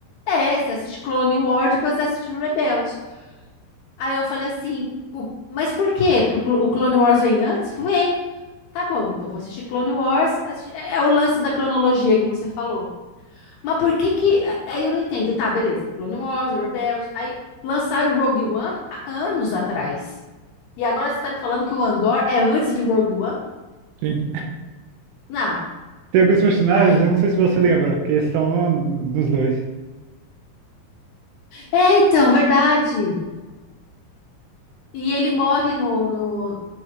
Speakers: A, on the left; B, on the right.
A: É, você assiste Clone Wars, depois você assiste Rebels. Aí eu falei assim, o- mas por quê? Porque o Clo- o Clone Wars vem antes? Vem. Tá bom, então vou assistir Clone Wars. assisti- É é o lance da cronologia que você falou. Mas por que que. Aí eu não entendo. Tá, beleza. Clone Wars, Rebels. Aí lançaram o Rogue One há anos atrás. E agora você tá me falando que o Andor é antes de Rogue One?
B: Sim.
A: Não.
B: Tem alguns personagens,
A: Ah, é, que-
B: eu não sei se você lembra, que estão hum, nos dois.
A: é, então, verdade. E ele morre no, no,